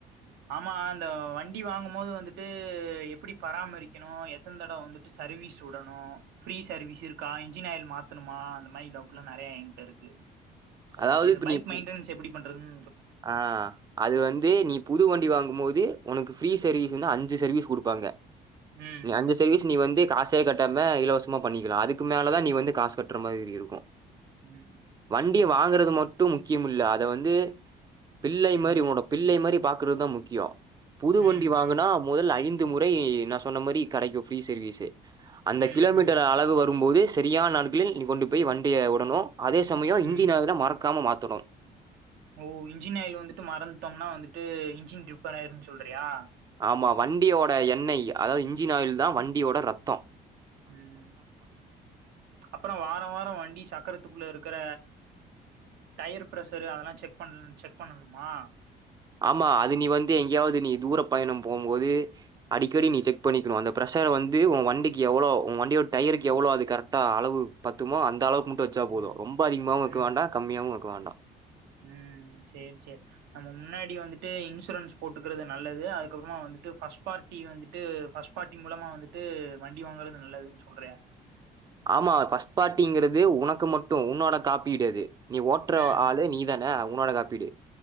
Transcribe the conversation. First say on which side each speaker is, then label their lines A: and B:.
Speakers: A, on the right; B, on the right.
A: ஆமா அந்த வண்டி வாங்கும் போது வந்துட்டு எப்படி பராமரிக்கணு எத்தன் தடவ வந்துட்டு சர்வீஸ் உடணு ஃப்ரீ சர்வீஸ் இருக்கா இன்ஜின் ஆயில் மாத்தணுமா அந்த மாரி டவுட் எல்லா நறைய எங்கிட்ட இருக்கு அத
B: அதாவது
A: பத்தியா
B: இப்ப
A: பைக்
B: நீ பு
A: மெயின்டனன்ஸ் எப்படி பண்றதுந்
B: ஆ அது வந்து நீ புது வண்டி வாங்கும் போது உனக்கு ஃப்ரீ சர்வீஸ்ன்னா அஞ்சு சர்வீஸ் குடுப்பாங்க
A: ம்
B: நீ அஞ்சு
A: ம்
B: சர்வீஸ் நீ வந்து காஸ் சே கட்டாம இலவசமா பண்ணிக்கலா அதுக்கு மேலதா நீ வந்து காசு கட்டுற மாரி இருக்கு
A: ம்
B: வண்டிய வாங் ங்குறது மட்டு முக்கியம் இல்ல அத வந்து பிள்ளை மாரி
A: ம்
B: உன்னோட பிள்ளை மாரி பா க்குறதா முக்கியோ புது
A: ம்
B: வண்டி
A: ம்
B: வாங்குனா மொதல்ல ஐந்து முறை நா சொன்ன மாரி கடைக்கு ஃப்ரீ சர்வீஸு அந்த
A: ம்
B: கிலோமீட்டர்
A: ம்
B: அளவு வரும்போது செரியான் நாளூபீல் நீ கொண்டு போய் வண்டிய உடணு அதே சமயோ இன்ஜின்
A: ம்
B: அதுல மறக்காம மாத் தொடு
A: ஓ இன்ஜின் ஆயில் வந்துட்டு மறந்துட்டோம்னா வந்துட்டு இன்ஜின் ரிப்பர் ஆயிருன்னு சொல்றயா
B: அம்மா வண்டியோட எண்ணெய் அதாவது இன்ஜின் ஆயில்தா வண்டியோட ரத்தோ
A: ம்ம்ம் அப்பறோ வார வாரோ வண்டி சக்கரத்துக்குள்ள இருக்குற டயர் பிரஷரு அதல்லா செக் பண்லன் செக் பண்ணனுமா
B: ஆமா அது நீ வந்து எங்கேயாவது நீ தூரப் பயணம் போம்போது அடிக்கடி
A: ம்
B: நீ செக் பண்ணிக்னு அந்த பிரஷர வந்து உ வண்டிக்கு எவ்வளோ உ வண்டியோட டயருக்கு எவ்வளோ அது கரெக்டா அளவு பத்துமா அந்த அளவுக்கு வெச்சா
A: ம்
B: போது ரொம்ப அதிகமாவு வெக்க
A: ம்
B: வேண்டா கம்மியாவு வெக்க வேண்டா
A: ம் சேர் சேர் நம்ம முன்னாடி வந்துட்டு இன்சூரன்ஸ் போட்டுக்குறது நல்லது அதுக்கப்புறமா வந்துட்டு ஃபஸ்ட் பார்ட்டி வந்துட்டு ஃபஸ்ட் பார்ட்டி மூலமா வந்துட்டு வண்டி வாங்கறது நல்லதுன்னு சொல்றயா
B: ஆமா ஃபஸ்ட் பார்ட்டிங்கிறது உனக்கு மட்டு உன்னோட காப்பீடது நீ ஓட்டுற
A: ம்
B: ஆளு
A: ம்
B: நீ தான உன்னோடதா ப்பிடு